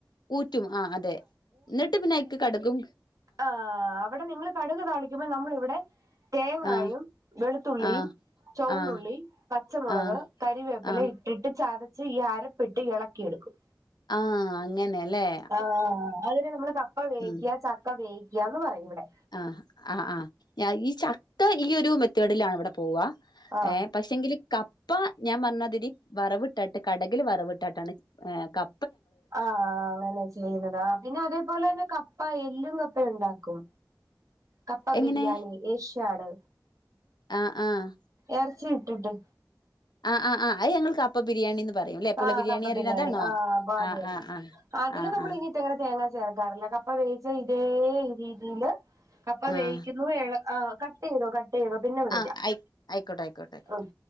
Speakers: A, on the left; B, on the right.
A: ഊറ്റും ആഹ് അതെ എന്നിട്ട് പിന്നെ അയ്ക്ക് കടുകും
B: ആഹ് അവടെ നിങ്ങള് കടുക് താളിക്കുമ്പോ നമ്മൾ ഇവിടെ തേങ്ങായും
A: ആഹ്
B: വെളുത്തുള്ളിയും
A: ആഹ്
B: ചുവന്നുള്ളി
A: ആഹ്
B: പച്ചമുളക്
A: ആഹ്
B: കരിവേപ്പില
A: ആഹ്
B: ഇ ഇട്ട് ചതച്ച് ഈ അരപ്പിട്ട് എളക്കിയെടുക്കും.
A: ആഹ് അങ്ങനെല്ലേ
B: ആഹ് അതിന് നമ്മള് കപ്പ വേവിക്ക
A: ഉം
B: ച ക്ക വേവിക്കാന്ന് പറയും ഇവിടെ.
A: ആഹ് ആഹ് ആഹ് ഞാ ഈ ചക്ക ഈ ഒരു മെത്തേഡിലാണ് ഇവടെ പോവ
B: ആഹ്
A: ഏഹ് പക്ഷെങ്കില് കപ്പ ഞാൻ പർഞാതിരി വറവിട്ടാട്ട് കടകിൽ വറവ്ട്ടാട്ടാണ് ക
B: ആഹ് അങ്ങനെ ചെയ്യുന്നത് ആഹ് പിന്നെ അതേ പോലെ തന്നെ കപ്പ എല്ലും കപ്പ ഉണ്ടാക്കും. കപ്പ
A: എങ്ങനെ
B: ബിരിയാണി ഏഷ്യാട്
A: ആഹ് ആഹ്.
B: എറച്ചി ഇട്ടിട്ട്.
A: ആഹ് ആഹ് ആഹ് അയ് ഞങ്ങൾ കപ്പ ബിരിയാണിന്ന് പറയും ല്ലെ പുള
B: ആഹ് കപ്പ
A: അറിണ
B: ബിരിയാണി
A: അതാണോ
B: ആഹ് പ്പ അതന്നെ
A: ആഹ് ആഹ് ആഹ്
B: അതില് നമ്മൾ
A: ആഹ്
B: ഇനി ങ്ങനെ തേങ്ങ ചേരക്കാറില്ല കപ്പ വേവിച്ച ഇതേ രീതില് കപ്പ
A: ആഹ്
B: വേവിക്കുന്നു ഇള ആഹ് കട്ടെയ്തോ കട്ടെയ്തോ പിന്നെ വിളിക്കാം
A: ആഹ് ആഹ് ആയിക്കോട്ടെ ആയിക്കോട്ടെ ആയിക്കോട്ടെ
B: ആഹ്.